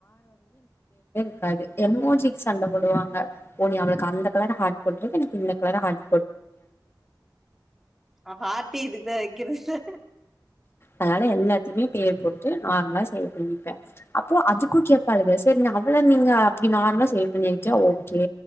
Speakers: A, on the left (about 35°); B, in the centre.
A: கேக்காது எம் மோ ஜிக்கு சண்டைப்போடுவான் போனி அவளுக்கு அந்த கலர்ஹார்டு போட்ருக்கு எனக்கு இந்த கலர் ஹாட்
B: அ ஹார்ட்டி இதுக்கு <unintelligible>
A: அதனால எல்லாத்தையுமே பேர் போட்டு நார்மலா சேவ் பண்ணிப்பேன் அப்போ அதுக்கும் கேடப்பாரு சரி அவள நீங்க அப்படி நார்மலா சேவ் பண்ணிருக்கியா ஓகே